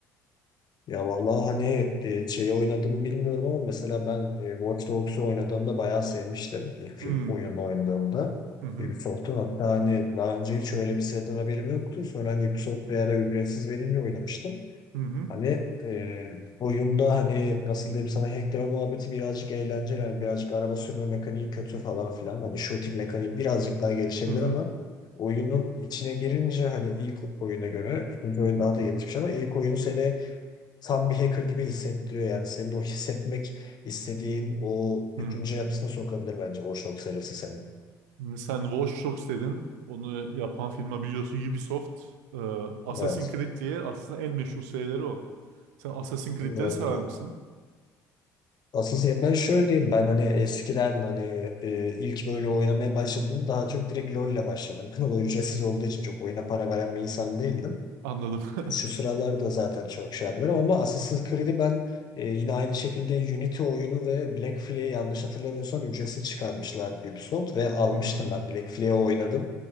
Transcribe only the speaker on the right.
Hmm.
Hı hı.
Hı hı.
Hı hı.
hı.
Şimdi Sen Watch Dogs dedin. Onu yapan firma biliyorsun Ubisoft. Ee, Assassin's
Creed diye aslında en meşhur serileri o. Sen Assassin's Creed'leri
sever misin?
Anladım. <laughs>
Hı hı.